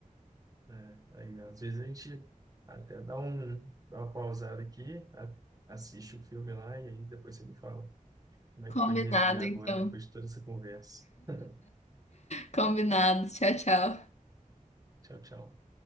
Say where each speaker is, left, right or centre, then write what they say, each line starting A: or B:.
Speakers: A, on the right (about 25°); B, on the left (about 55°).
A: né? Aí, às vezes a gente até dá um, dá uma pausada aqui, a- assiste o filme lá e aí depois você me fala como é
B: Combinado,
A: que foi rever agora
B: então.
A: depois de toda essa conversa. <laughs>
B: Combinado. Tchau, tchau.
A: Tchau, tchau.